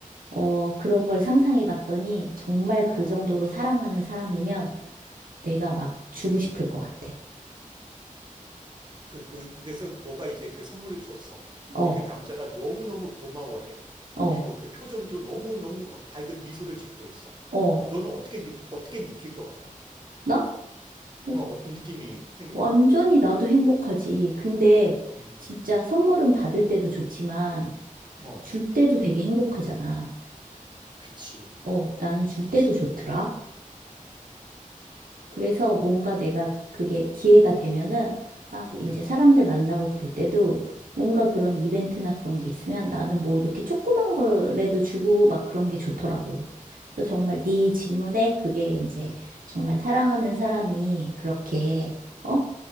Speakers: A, on the right; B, on the right.
A: 어, 그런 걸 상상해 봤더니 정말 그
B: 어,
A: 정도로 사랑하는 사람이면 내가 막 주고 싶을 것 같아.
B: 그, 그, 그래서 너가 이제 그 선물을 줬어.
A: 어,
B: 근데 그 남자가 너무너무 고마워해.
A: 어,
B: 그리고 그 표정도 너무너무 막 밝은 미소를 짓고 있어.
A: 어.
B: 그럼 너는 어떻게, 느, 어떻게 느낄 것 같아?
A: 나? 어,
B: 어, 어떤 느낌이 생길
A: 완전히
B: 것 같아?
A: 나도 행복하지. 근데
B: 음,
A: 진짜 선물은 받을 때도 좋지만
B: 어,
A: 줄 때도 되게 행복하잖아.
B: 그치,
A: 어, 나는 줄
B: 그치.
A: 때도 좋더라. 그래서 뭔가 내가 그게 기회가 되면은 막 이제
B: 음.
A: 사람들 만나고 그럴 때도 뭔가 그런 이벤트나 그런 게 있으면 나는 뭐 이렇게 조그만 거라도 주고 막 그런 게 좋더라고. 그래서 정말 네 질문에 그게 이제 정말 사랑하는 사람이 그렇게 어?